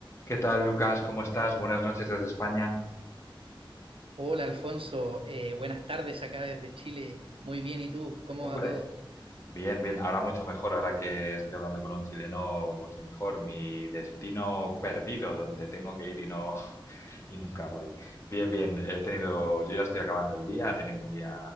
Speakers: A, on the left; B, on the right.
A: ¿Qué tal, Lucas? ¿Cómo estás? Buenas noches desde España.
B: Hola Alfonso, Eh, buenas tardes acá desde Chile. Muy bien, ¿y tú? ¿Cómo
A: Hombre,
B: va todo?
A: bien, bien. Ahora mucho mejor, ahora que estoy hablando con un chileno, mucho mejor. Mi destino perdido, donde tengo que ir y no <laughs> y nunca voy. Bien, bien. He tenido, yo ya estoy acabando el día. He tenido un día,